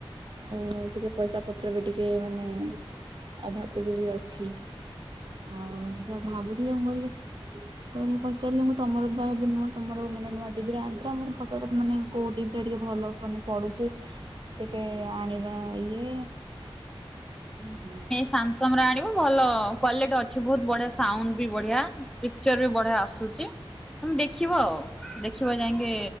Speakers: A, on the right; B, in the centre.
A: ଆଉ ଟିକେ ପଇସା ପତ୍ର ବି ଟିକେ ମାନେ। ଆଚ୍ଛା ଏବେ ବି ଅଛି। ଆଉ ସେଇଆ ଭାବୁଥିଲି ମୁଁ କହିଲି କହିଲେ ପଚାରିଲେ ମୁଁ ତମର ଦାଆ ଏବେ ନୁହଁ। ତମର ମାନେ ନୂଆ ଟିଭିଟେ ଆଣିଥିଲ। ମୁଁ ପଚାରିବା କଥା ମାନେ କୋଉ ଟିଭିଟା ଟିକେ ଭଲ ମାନେ ପଢୁଛି। ଟିକେ ଆଣିବା ଇଏ। ଉଁ ହୁଁ
B: ସାମସଙ୍ଗର ଆଣି ସା ଆଣିବୁ ଭଲ କ୍ଵାଲିଟି ଅଛି ବହୁତ ବଢିଆ ସାଉଣ୍ଡ ବି ବଢିଆ ପିକ୍ଚର ବି ବଢିଆ ଆସୁଚି। ତମେ ଦେଖିବ ଆଉ ଦେଖିବ ଯାଇକି